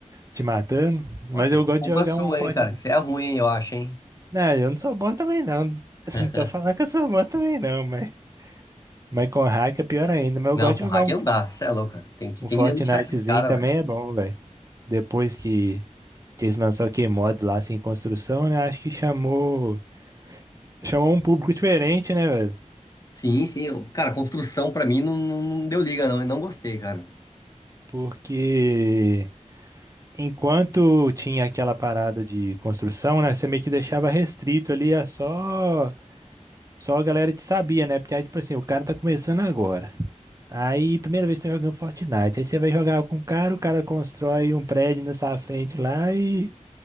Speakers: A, on the right; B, on the left.
A: te matando. Mas
B: Ó, que
A: eu
B: é
A: gosto
B: culpa
A: de jogar
B: sua,
A: um Fortnite.
B: hein, cara, que você é ruim, hein, eu acho, hein.
A: Não, eu não sou bom também não. <laughs>
B: <laughs>
A: Não tô falando que eu sou bom também não, mas... Mas com hack é pior ainda. Mas eu
B: Não,
A: gosto
B: com
A: de
B: hack
A: jogar um,
B: não dá, você é louco, cara. Tem que,
A: um
B: tem
A: Fortnitezinho
B: que denunciar esses caras,
A: também
B: velho.
A: é bom, velho. Depois que, que eles lançaram aquele mod lá, sem construção, né? Acho que chamou... Chamou um público diferente, né, velho?
B: Sim, sim, eu- cara, construção pra mim não, não não deu liga, não, eu não gostei, cara.
A: Porque... Enquanto tinha aquela parada de construção, né? Você meio que deixava restrito ali a só... Só a galera que sabia, né? Porque aí, tipo assim, o cara tá começando agora. Aí, primeira vez que você tá jogando Fortnite. Aí você vai jogar com o cara, o cara constrói um prédio na sua frente lá e.